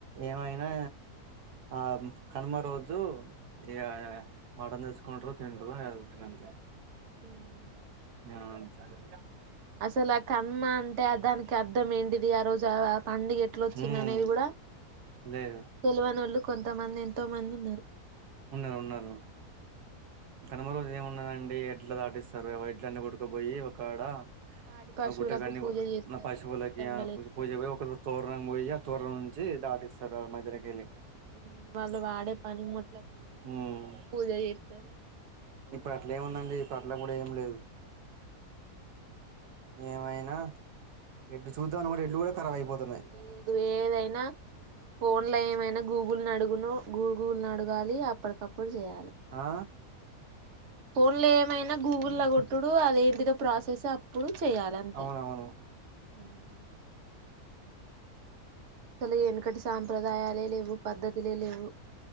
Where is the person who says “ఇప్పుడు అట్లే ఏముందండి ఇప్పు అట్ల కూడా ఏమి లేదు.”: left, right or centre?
Right